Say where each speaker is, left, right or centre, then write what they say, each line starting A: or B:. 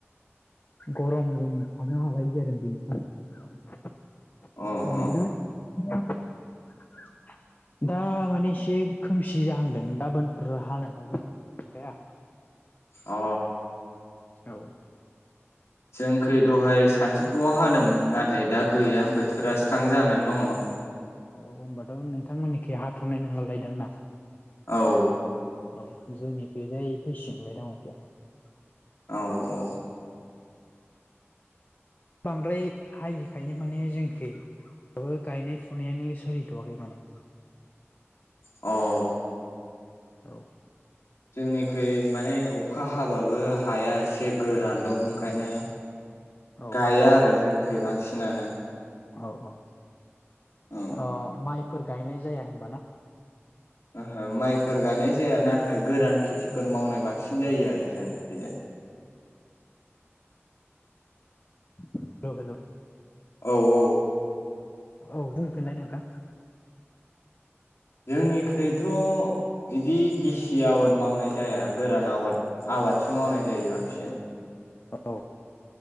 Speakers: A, on the left (about 40°); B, on the left (about 75°).
A: गरम जोङो थानो हालायै जादों दिनै सानदुंया <unintelligible>
B: अ अ
A: दा माने एसे खोमसि जाहांदों गाबोनफोर हानो हागौ नाम अखाया ।
B: अ
A: औ
B: जोंखै दहाय सानजौफुआव हादोंमोन नाथाय दा गैया बोथोरा स्रां जानानै दङ ।
A: औ होनबाथ नोंथांमोननिखि हाथनाय नंलालायदों ना?
B: औ
A: औ जोंनि किजाय फैसिगोंलाय दा अखायाव ।
B: औ औ
A: बांद्राय हायिखायनो माने जोंखाबो गायनाय फुनायानो सोलिथवाखै माने ।
B: औ
A: औ
B: जोंनिखै माने अखा हाबाबो हाया एसे गोरानदब ओंखायनो
A: औ
B: गाया आरो जोंख बांसिन नांनो ।
A: औ औ
B: औ
A: ओ माइ फोर गायनाय जाया हबाना?
B: ओहो माइफोर गायनाय जाया नाथाय गोरान खेथिफोर मावनाय बांसिन जायो आरो जोंनिखैजाय ।
A: हेलौ हेलौ
B: औ औ
A: औ बुंफिनलाय नोंथां
B: जोंनिख्रुइथ बिदि गिसि आबाद मावनाय जाया गोरान आवाद आबादसो मावनाय जायो बांसिन ।
A: औ